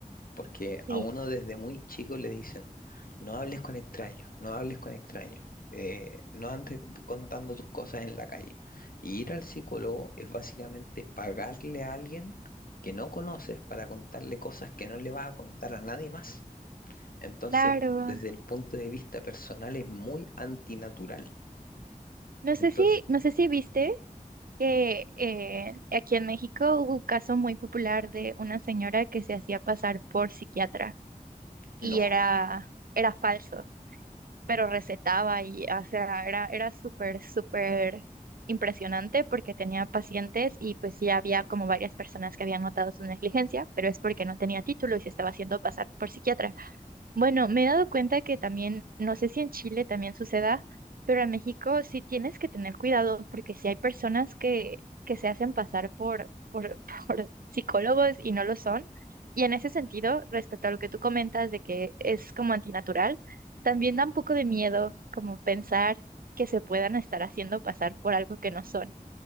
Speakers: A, on the left; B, on the right.
A: porque
B: Sí,
A: a uno desde muy chico le dicen, no hables con extraños, no hables con extraños, eh, no andes contando tus cosas en la calle. Y ir al psicólogo es básicamente pagarle a alguien que no conoces para contarle cosas que no le vas a contar a nadie más. Entonces,
B: claro.
A: desde el punto de vista personal es muy antinatural.
B: No
A: Entonces,
B: sé si, no sé si viste que eh, aquí en México hubo un caso muy popular de una señora que se hacía pasar por psiquiatra
A: no,
B: y era, era falso. pero recetaba y, o sea, era, era súper, súper impresionante porque tenía pacientes y pues sí había como varias personas que habían notado su negligencia, pero es porque no tenía título y se estaba haciendo pasar por psiquiatra. Bueno, me he dado cuenta que también, no sé si en Chile también suceda, pero en México sí tienes que tener cuidado porque sí hay personas que, que se hacen pasar por, por, <laughs> por psicólogos y no lo son. Y en ese sentido, respecto a lo que tú comentas de que es como antinatural, también da un poco de miedo como pensar que se puedan estar haciendo pasar por algo que no son.